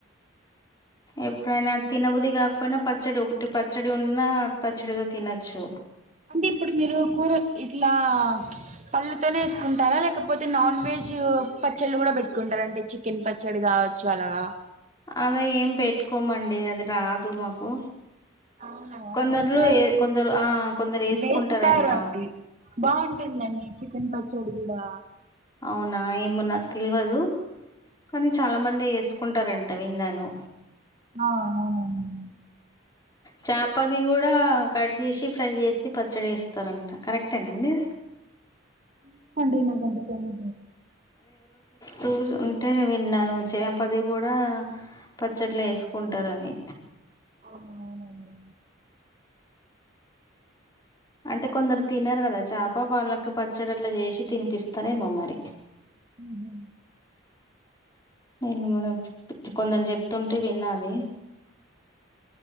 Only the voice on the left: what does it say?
ఎప్పుడైనా తినబుద్ధి కాకపోయినా పచ్చడి ఒకటి పచ్చడి ఉన్నా పచ్చడితో తినచ్చు
అద ఏం పెట్టుకోమండి అది రాదు మాకు
కొందరులు
ఏ కొందరు ఆ కొందరు వేసుకుంటారంట
అవునా ఏమో నాకు తెల్వదు కానీ చాలా మంది వేసుకుంటారంట విన్నాను
చేపది కూడా కట్ చేసి ఫ్రై చేసి పచ్చడి వేస్తారంట కరెక్టేనేన అండి అది
తూ ఉంటే విన్నాను చేపది కూడా పచ్చట్లు వేసుకుంటారని
అంటే కొందరు తినరు కదా చేప వాళ్ళకి పచ్చడి అట్లా చేసి తినిపిస్తారెమో మరి
నేను కూడా కొందరు చెప్తుంటే విన్నా అది